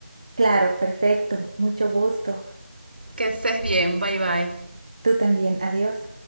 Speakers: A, on the right; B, on the right.
A: Claro, perfecto. Mucho gusto.
B: Que estés bien, bye bye.
A: Tú también. Adiós.